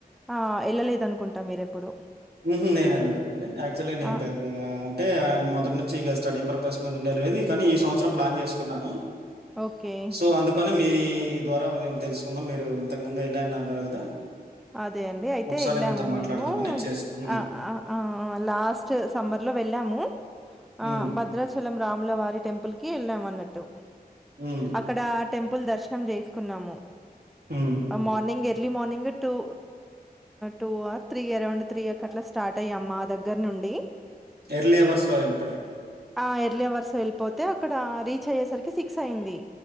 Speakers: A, in the centre; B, on the right.
A: ఆ వెళ్ళలేదు అనుకుంటా మీరు ఎప్పుడు
B: ఉహూ నేను వెళ్ళలేదుదండి యాక్చువల్గా నేను
A: ఆ
B: అంటే మొదటి నుంచి ఇగ స్టడీ పర్ప ద ఉండేది కానీ ఈ సంవత్సం ప్లాన్ చేసుకున్నాను
A: ఓకే
B: సో అందుకని మీ ద్వారా ఉదయం తెలుసుకుందాం మీరు ఇంతకు ముందు వెళ్ళ అన్నారు కదా
A: అదే అండి అయితే
B: ఒకసారి
A: వెళ్ళాము
B: మీతో మాట్లాడదామని
A: మేము
B: చేశాను. హ్మ్.
A: ఆ ఆ ఆ ఆ లాస్ట్ సమర్ లో వెళ్ళాము ఆ
B: హ్మ్.
A: భద్రాచలం రాములవారి టెంపుల్ కి వెళ్ళాన్న న్నట్టు
B: హ్మ్.
A: అక్కడ టెంపుల్ దర్శనం చేసే కున్నాము
B: హ్మ్.
A: మార్నింగ్ ఏ early మార్నింగ్ట్ two two or three around three కట్లా స్టార్ట్ అయమ్మ మా దగ్గర నుండి
B: ఎర్లీ అవర్స్ లో వెళ్ళిపోయారు
A: హా ఎర్లీ అవర్స్ వెళ్ళిపోతే అక్కడ రీచ్ అయ్యేసరికి సిక్స్ అయి్యంది